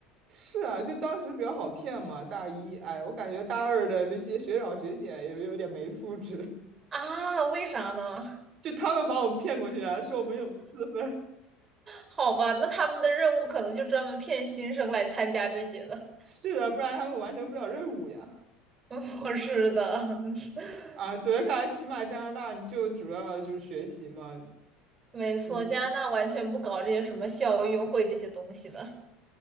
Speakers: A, on the right (about 45°); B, on the right (about 30°).
A: 是啊，就当时比较好骗嘛，大一，哎，我感觉大二的那些学长学姐也有点没素质，
B: 啊！为啥呢？
A: <laughs> 就他们把我们骗过去啊，说我们有四分，
B: 好吧，那他们的任务可能就专门骗新生来参加这些的。
A: <laughs> 是啊，不然他们完成不了任务呀。
B: <laughs> 不是的。<laughs>
A: 啊，对，感觉起码加拿大你就主要就是学习嘛，
B: 没错，
A: 嗯，
B: 加拿大完全不搞这些什么校运会这些东西的。